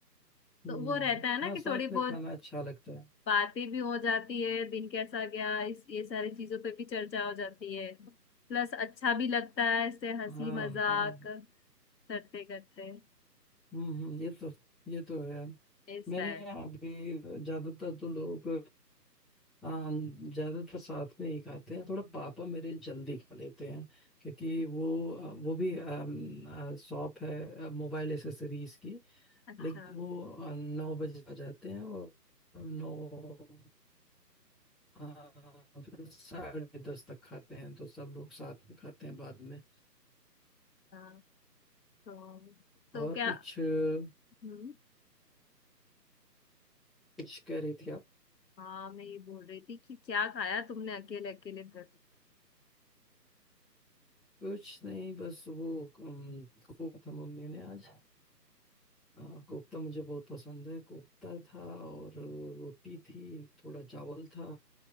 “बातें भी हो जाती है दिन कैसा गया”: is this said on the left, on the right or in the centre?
Left